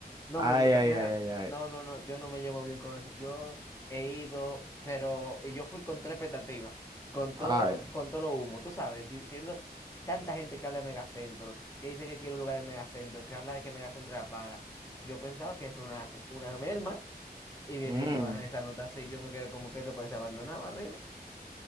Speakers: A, on the left; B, on the right.
A: No
B: Ay,
A: me gusta.
B: ay,
A: Mira,
B: ay, ay, ay.
A: no, no, no, yo no me llevo bien con eso. Yo he ido, pero y yo fui con tres expectativas, con
B: Ay.
A: todo, con todo lo humo, tú sabes, diciendo tanta gente que habla de megacentro, que dice que quiere un lugar en megacentro, que habla de que megacentro era para. Yo pensaba que es una, una merma y vienen
B: Mm,
A: y me bajan esa nota así, yo me quedé como que esto parece abandonado arriba